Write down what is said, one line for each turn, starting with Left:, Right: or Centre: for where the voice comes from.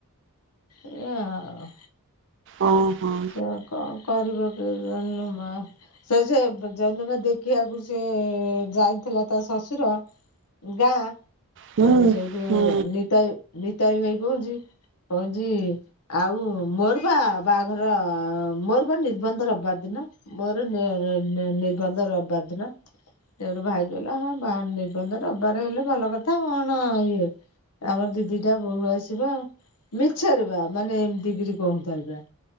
Left: ଏୟା ଆଉ
Right: ଅ ହୋ <inaudible>
Left: ସେୟା କଣ କରିବ କେଜାଣି ଲୋ ମା ସେ ସେ ଯେଉଁ ଦିନ ଦେଖିବାକୁ ସେ ଯାଇଥିଲା ତା ଶଶୁର- ଗାଁ
Right: ହୁଁ
Left: ଏ ସେଉଠୁ
Right: ହୁଁ
Left: ନିତାଇ ନିତାଇ ଭାଇ କହୁଚି କହୁଚି ଆଉ ମୋର ପା ବା ର ମୋର ପା ନିର୍ବନ୍ଧ ରବିବାର ଦିନ। ଉଁ ଉଁ ମୋର ନେ ନେ ନେ ନିର୍ବନ୍ଧ ରବିବାର ଦିନ। ସେଉଠୁ ଭାଇ କହିଲା ହଁ ବା- ନିର୍ବନ୍ଧ ରବିବାର ହେଲେ ଭଲ କଥା କଣ ଇଏ। ଆମର ଦି ଦିଟା ବୋଉ ଆସିବ, ମିଛରେ ବା ମାନେ ଏମିତି କିରି କହୁଥାଏ ପୁରା।